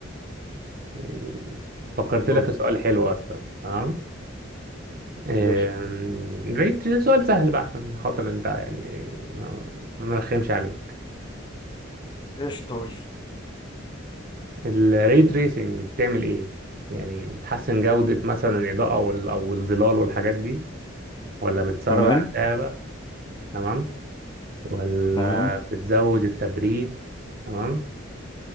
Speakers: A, on the right; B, on the left.
A: يعني فكرت
B: قول
A: لك في سؤال حلو اصلا تمام آم،
B: ليش
A: ريت ري- سؤال سهل بقى عشان خاطر انت يعني ما ما نرخمش عليك
B: قشطة قول.
A: الري تريسنج بتعمل ايه يعني بتحسن جودة مثلا الإضاءة وال- او الظلال والحاجات دي ولا بتسرع
B: تمام
A: الرؤية بقى تمام ولا
B: تمام
A: بتزود التبريد تمام